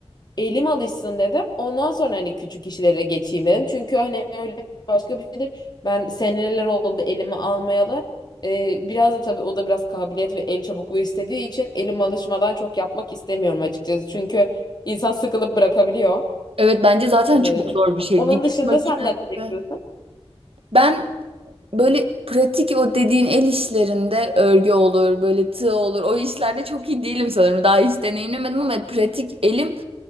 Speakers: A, on the left; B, on the right.
A: Elim alışsın dedim. Ondan sonra hani küçük işlere geçeyim dedim. Çünkü hani öyle başka bir şeydir. Ben seneler oldu elimi almayalı. Ee, biraz da tabii o da biraz kabiliyet ve el çabukluğu istediği için elim alışmadan çok yapmak istemiyorum açıkçası. Çünkü insan sıkılıp bırakabiliyor.
B: Evet bence zaten
A: Ee,
B: çok zor bir şey.
A: onun
B: Dikiş
A: dışında
B: makinesi.
A: sen neler yapıyorsun?
B: Ben böyle pratik o dediğin el işlerinde örgü olur, böyle tığ olur. O işlerde çok iyi değilim sanırım. Daha hiç deneyimlemedim ama pratik elim